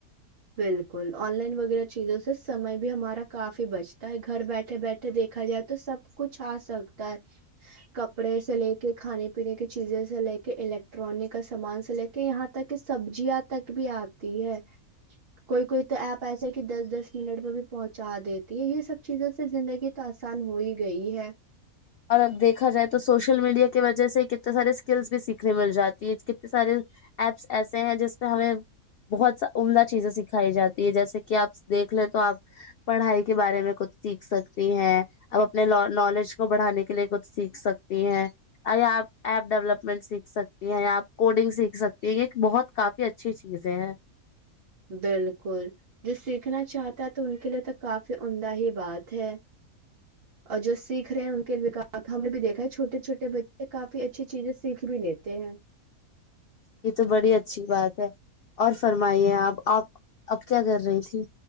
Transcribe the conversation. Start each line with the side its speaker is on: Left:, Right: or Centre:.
Right: بالکل آن لائن وغیرہ چیزوں سے سمے بھی ہمارا کافی بچتا ہے گھر بیٹھے بیٹھے دیکھا جائے تو سب کچھ آ سکتا ہے کپڑے سے لے کے کھانے پ پینے کی چیزیں سے لے کے الیکٹرانک کا سامان سے لے کے یہاں تک کہ سبزیاں تک بھی آتی ہے کوئی کوئی تو ایپ ایسا کہ دس دس منٹ میں بھی پہنچا دیتی ہے یہ سب چیزوں سے زندگی تو آسان ہو ہی گی گئی ہے
Left: اور اب دیکھا جائے تو سوشل میڈیا کی وجہ سے کتنے سارے اسکلس بھی سیکھنے مل جاتی ہے ک سارے ایپس ایسے ہیں جس پہ ہمیں بہت سا عمدہ چیزیں سکھائی جاتی ہے جیسے کہ آپ دیکھ لیں تو آپ پڑھائی کے بارے میں کچھ سیکھ سکتی ہیں آپ اپنے نالج کو بڑھانے کے لیے کچھ سیکھ سکتی ہیں یا آپ ایپ ڈیولپمنٹ سیکھ سکتی ہیں آپ کوڈنگ سیکھ سکتی ہیں یہ بہت کافی اچھی چیزیں ہیں
Right: بالکل جو سیکھنا چاہتا ہے تو ان کے لیے تو کافی انہ ہی بات ہے اور جو سیکھ رہے ہیں ان کے وکا اب ہم نے بھی دیکھا ہے چھوٹے چھوٹے بچے کافی اچھی چیزیں سیکھ بھی لیتے ہیں
Left: یہ تو بڑی اچھی بات ہے اور فرمائیے آپ آپ اب کیا کر رہی تھی